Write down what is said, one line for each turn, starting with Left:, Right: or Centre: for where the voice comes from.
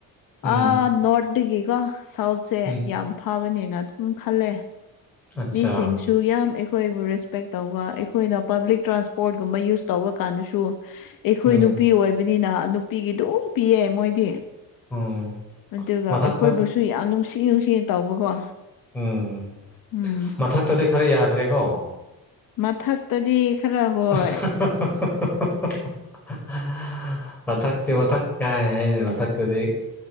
Centre: ꯎꯝ
Left: ꯑꯥ ꯅꯣꯔꯠꯇꯒꯤꯀꯣ ꯁꯥꯎꯠꯁꯦ
Centre: ꯎꯝ
Left: ꯌꯥꯝ ꯐꯕꯅꯦꯅ ꯑꯗꯨꯝ ꯈꯜꯂꯦ
Centre: ꯑꯠꯆꯥ
Left: ꯁꯤꯡꯦ ꯁꯨ ꯌꯥꯝ ꯑꯩꯈꯣꯏꯕꯨ ꯔꯦꯁꯄꯦꯛ ꯇꯧꯕ ꯑꯩꯈꯣꯏꯅ ꯄꯥꯕ꯭ꯂꯤꯛ ꯇ꯭ꯔꯥꯟꯁꯄꯣꯔꯠꯀꯨꯝꯕ ꯌꯨꯁ ꯇꯧꯕ ꯀꯥꯟꯗꯁꯨ ꯑꯩꯈꯣꯏ
Centre: ꯎꯝ
Left: ꯅꯨꯄꯤ ꯑꯣꯏꯕꯅꯤꯅ ꯅꯨꯄꯤꯒꯤ ꯑꯗꯨꯝ ꯄꯤꯌꯦ ꯃꯣꯏꯗꯤ
Centre: ꯎꯝ
Left: ꯑꯗꯨꯒ
Centre: ꯃꯊꯛꯇ
Left: ꯑꯩꯈꯣꯏꯕꯨꯁꯨ ꯌꯥꯝ ꯅꯨꯡꯁꯤ ꯅꯨꯡꯁꯤꯅ ꯇꯧꯕꯀꯣ
Centre: ꯎꯝ
Left: ꯎꯝ
Centre: ꯃꯊꯛꯇꯗꯤ ꯈꯔ ꯌꯥꯗ꯭ꯔꯦꯀꯣ
Left: ꯃꯊꯛꯇꯗꯤ ꯈꯔ ꯍꯣꯏ
Centre: <unintelligible> ꯃꯊꯛꯇꯤ ꯃꯊꯛ ꯀꯥꯏ ꯍꯥꯏꯁ ꯃꯊꯛꯇꯗꯤ